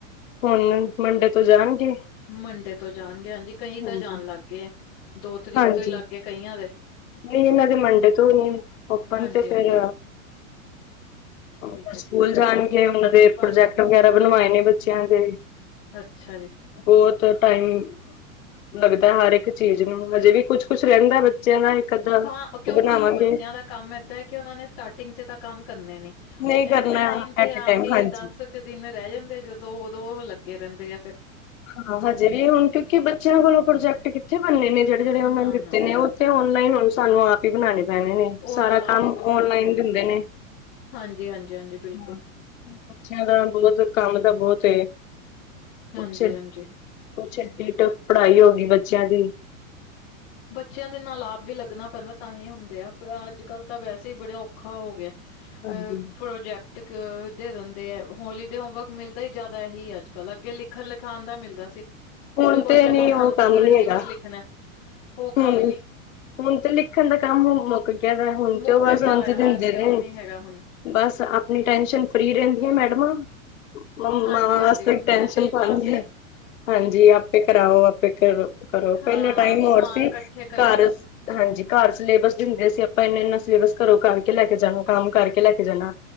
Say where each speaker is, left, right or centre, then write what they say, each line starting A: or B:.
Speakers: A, on the left; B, on the left.
A: ਹੁਣ ਮੰਡੇ ਤੋਂ ਜਾਣਗੇ।
B: ਮੰਡੇ ਤੋਂ ਜਾਣਗੇ ਹਾਂਜੀ ਕਈ
A: ਹਾਂਜੀ,
B: ਤਾਂ ਜਾਣ ਲੱਗ ਗਏ ਦੋ ਤਰੀਕ
A: ਹਾਂਜੀ,
B: ਤੋਂ ਹੀ ਲੱਗ ਗਏ ਕਈਆਂ ਦੇ।
A: ਨਹੀਂ ਇਹਨਾਂ ਦੇ ਮੰਡੇ ਤੋਂ ਨਹੀਂ ਓਪਨ
B: ਹਾਂਜੀ
A: ਤੇ ਫੇਰ
B: ਹਾਂਜੀ ਠੀਕ
A: ਫ
B: ਹੈ
A: ਸਕੂਲ
B: ਠੀਕ ਹੈ
A: ਜਾਣਗੇ ਉਹਨਾ ਦੇ
B: ਬਸ
A: ਪ੍ਰੋਜੈਕਟ ਵਗੈਰਾ ਬਣਵਾਏ ਨੇ ਬੱਚੇ ਬੱਚਿਆਂ ਦੇ।
B: ਅੱਛਾ ਜੀ।
A: ਬਹੁਤ ਟਾਈਮਿੰਗ ਲੱਗਦਾ ਹਰ ਇੱਕ ਚੀਜ਼ ਨੂੰ, ਅਜੇ ਵੀ ਕੁਛ ਕੁੱਛ ਰਹਿੰਦਾ ਬੱਚਿਆਂ ਦਾ। ਅੱਧਾ
B: ਹਾਂ ਕਿਉਂਕਿ
A: ਉਹ ਬਣਾਵਾਂਗੇ
B: ਬੱਚਿਆਂ ਦਾ ਕੰਮ ਏਦਾਂ ਐ ਕਿ ਉਹਨਾਂ ਨੇ ਸਟਾਰਟਿੰਗ 'ਚ ਤਾਂ ਕੰਮ ਕਰਨੇ ਨੇ।
A: ਨਹੀਂ
B: ਉਹ
A: ਕਰਨਾ
B: ਐਂਡ ਟਾਈਮ
A: ਐਟ
B: ਤੇ ਆ
A: ਏ ਟਾਈਮ
B: ਕੇ
A: ਹਾਂਜੀ
B: ਦਸ ਕੁ ਦਿਨ ਰਹਿ ਜਾਂਦੇ ਜਦੋਂ ਉਦੋਂ ਲੱਗੇ ਰਹਿੰਦੇ ਆ ਫਿਰ।
A: ਹਾਂ।
B: ਹਮ,
A: ਹਜੇ ਵੀ ਹੁਣ ਕਿਉਂਕਿ ਬੱਚਿਆਂ ਕੋਲੋਂ ਪ੍ਰੋਜੈਕਟ ਕਿੱਥੇ ਬਣਨੇ ਨੇ ਜਿਹੜੇ ਜਿਹੜੇ ਉਹਨਾਂ
B: ਨਾ
A: ਨੇ ਦਿੱਤੇ
B: ਨਾ
A: ਨੇ ਉਹ। ਤੇ ਓਨਲਾਈਨ ਹੁਣ ਸਾਨੂੰ ਆਪ ਹੀ ਬਣਾਣੇ ਪੈਣੇ ਨੇ।
B: ਉਹ
A: ਸਾਰਾ
B: ਤਾਂ ਆਪ
A: ਕੰਮ
B: ਹੀ ਬਣਾਉਣੇ
A: ਓਨਲਾਈਨ
B: ਪੈਣੇ
A: ਦਿੰਦੇ ਨੇ।
B: ਹਾਂਜੀ ਹਾਂਜੀ ਹਾਂਜੀ ਬਿਲਕੁਲ।
A: ਹਾਂ ਬੱਚਿਆਂ ਦਾ ਬਹੁਤ ਕੰਮ ਤਾਂ ਬਹੁਤ।
B: ਹਾਂਜੀ
A: ਕੁਛ
B: ਹਾਂਜੀ
A: ਕੁਛ ਡਟ ਪੜ੍ਹਾਈ ਹੋ ਗਈ ਬੱਚਿਆਂ ਦੀ।
B: ਬੱਚਿਆਂ ਦੇ ਨਾਲ ਆਪ ਵੀ ਲੱਗਣਾ ਪੈਂਦਾ ਤਾਂ ਹੀ ਹੁੰਦੇ ਆ। ਪਰ ਅੱਜ ਕੱਲ ਤਾਂ ਵੈਸੇ ਹੀ ਬੜਾ ਔਖਾ ਹੋ ਗਿਆ। ਅ
A: ਹਾਂਜੀ
B: ਪ੍ਰੋਜੈਕਟ। ਦੇ ਦਿੰਦੇ ਆ। ਹੋਲੀਡੇ ਹੋਮਵਰਕ ਮਿਲਦਾ ਹੀ ਜ਼ਿਆਦਾ ਇਹੀ ਅੱਜ ਕੱਲ੍ਹ। ਅੱਗੇ ਲਿਖਣ ਲਿਖਾਉਣ ਦਾ ਮਿਲਦਾ ਸੀ।
A: ਹੁਣ
B: ਇੱਕ ਕੁਸ਼ਚਨ
A: ਤੇ ਨੀ
B: ਆਂਸਰ
A: ਉਹ ਕੰਮ
B: ਨੂੰ
A: ਨੀ
B: ਇੰਨੀ
A: ਹੈਗਾ
B: ਵਾਰ ਲਿਖਣਾ। ਉਹ ਕੰਮ
A: ਹੁਣ
B: ਹੀ ਨਹੀਂ।
A: ਹੁਣ ਤੇ ਲਿਖਣ ਦਾ ਕੰਮ ਮੁੱਕ ਗਿਆਦਾ। ਹੁਣ
B: ਮੁੱਕ
A: ਤੇ ਉਹ ਬਸ
B: ਗਿਆ
A: ਆ ਹੀ
B: ਹੋਇਆ
A: ਦਿੰਦੇ
B: ਹਾਂਜੀ
A: ਨੇ।
B: ਉਹ ਨੀ ਹੈਗਾ ਹੁਣ
A: ਬਸ ਆਪਣੀ ਟੈਨਸ਼ਨ ਫ੍ਰਰੀ ਰਹਿੰਦੀਆਂ ਮੈਡਮਾਂ। ਮਾਵਾਂ
B: ਹਾਂਜੀ ਹਾਂਜੀ
A: ਵੱਸ ਟੈਂਨਸ਼ਨ
B: ਮੈਸੇਜ
A: ਪਾਉਣੀ
B: ਪਾਤੇ
A: ਹੈ। ਹਾਂਜੀ ਆਪੇ ਕਰਾਓ। ਆਪੇ ਕਰੋ ਕਰੋ।
B: ਹਾਂ
A: ਪਹਿਲਾ ਟਾਈਮ ਹੋਰ
B: ਸਮਾਨ
A: ਸੀ।
B: ਇਕੱਠੇ ਕਰੋ
A: ਘਰ। ਹਾਂਜੀ ਘਰ ਸਿਲੇਬਸ ਦਿੰਦੇ ਸੀ। ਆਪਾਂ ਇਨਾ ਇਨਾ ਸਿਲੇਬਸ ਘਰੋਂ ਕਰਕੇ ਲੈ ਕੇ ਜਾਣਾ। ਕੰਮ ਕਰਕੇ ਲੈ ਕੇ ਜਾਣਾ।